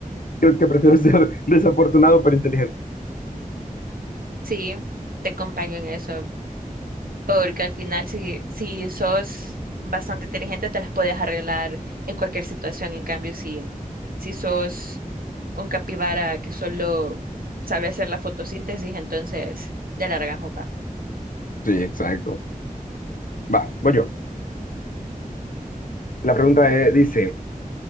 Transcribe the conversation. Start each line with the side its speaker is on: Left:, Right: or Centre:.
Left: creo que prefiero ser <laughs> desafortunado pero inteligente.
Right: Sí, te acompaño en eso. Porque al final, si, si sos bastante inteligente, te las puedes arreglar en cualquier situación. En cambio, si, si sos un capibara que solo sabe hacer la fotosíntesis, entonces ya largamos, va.
Left: Sí, exacto. Va, voy yo. La pregunta eh, dice,